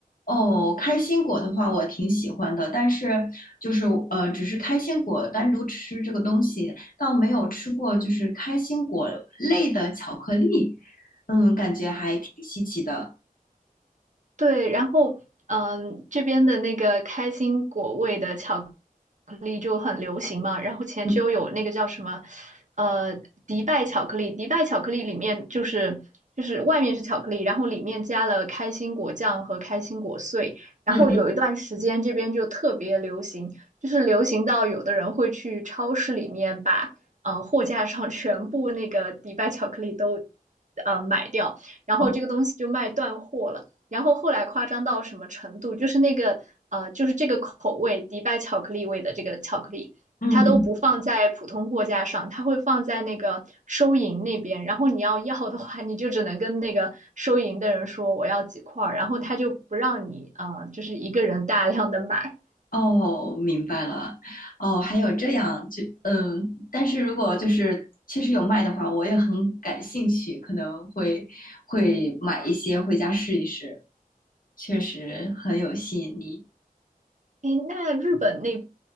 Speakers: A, on the left (about 65°); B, on the right (about 55°).
A: 哦，开心果的话我挺喜欢的，但是就是呃，只是开心果单独吃这个东西，倒没有吃过就是开心果类的巧克力，嗯，感觉还挺稀奇的。
B: 对，然后嗯，这边的那个开心果味的巧克力就很流行嘛。然后前就有那个叫什么，
A: 嗯
B: 呃，迪拜巧克力，迪拜巧克力里面就是就是外面是巧克力，然后里面加了开心果酱和开心果碎。然后有一段时间这边就特别流行，
A: 嗯嗯，
B: 就是流行到有的人会去超市里面把呃货架上全部那个迪拜巧克力都呃买掉，然后这个东西就卖断货了。
A: 哦，
B: 然后后来夸张到什么程度，就是那个呃，就是这个口味迪拜巧克力味的这个巧克力，
A: 嗯嗯。
B: 它都不放在普通货架上，它会放在那个收银那边。然后你要要的话，你就只能跟那个收银的人说我要几块儿，然后他就不让你呃，就是一个人大量的买。
A: 哦，明白了。哦，还有这样，就嗯，但是如果就是确实有卖的话，我也很感兴趣，可能会会买一些回家试一试，确实很有吸引力。
B: 诶，那日本那